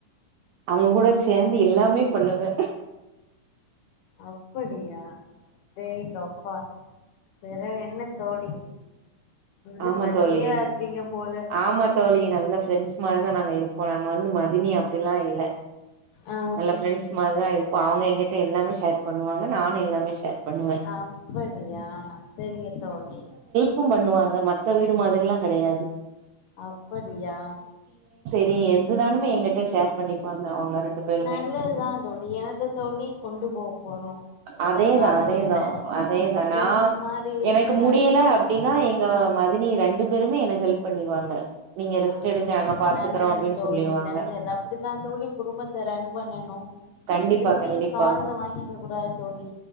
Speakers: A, on the right (about 80°); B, on the left (about 80°).
A: அவங்க கூட சேர்ந்து எல்லாமே பண்ணுவே
B: அப்படியா அடேங்கப்பா பெறகு என்ன தோழி நல்ல
A: ஆமா
B: ஃப்ரெண்ட்லியா
A: தோழி,
B: இருப்பீங்க போல
A: ஆமா தோழி நல்ல ப்ரெண்ட்ஸ் மாரி தான் நாங்க இருப்போங் ஆ நாங் வந்து மதினி அப்டிலாம் இல்ல,
B: ஆ
A: நல்ல ப்ரெண்ட்ஸ் மாரி தான் இருப்போம் அவங்க எங்கிட்ட எல்லாமே ஷேர் பண்ணுவாங்க நானும் எல்லாமே ஷேர் பண்ணுவே
B: ஆ ஹ் சரிங்க தோழி
A: க்கும் பண்ணுவாங்க மத்த வீடு மாதிரிலாம் கிடையாது
B: அப்படியா
A: ஆ எதுனாலுமே எங்கிட்ட ஷேர் பண்ணிப்பாங்க அவங்க ரெண்டு பேருமே
B: நல்லதுதான் தோழி என்னத்த தோழி கொண்டு போ போறோம்
A: அதேதா
B: இந்த காலத்துல
A: அதேதா அதேதா
B: பிரெண்ட்ஸ்
A: நா
B: மாரி இருந்து
A: எனக்கு
B: கழிச்சுட்டு
A: முடியல அப்டின்னா
B: போ
A: எங்க
B: வே
A: மதினி ரெண்டு பேருமே எனக்கு ஹெல்ப் பண்ணிருவாங்க நீங்க ரெஸ்ட்
B: ஆ
A: எடுங்க நாங்க பாத்துக்குறோ
B: நல்லது
A: அப்டின்னு
B: தோழி
A: சொல்லிருவாங்க
B: நல்லது அப்படித்தான் தோழி குடும்பத்த ரன் பண்ணணும்
A: கண்டிப்பா
B: எதையுமே
A: கண்டிப்பா
B: காதுல வாங்கிக்க கூடாது தோழி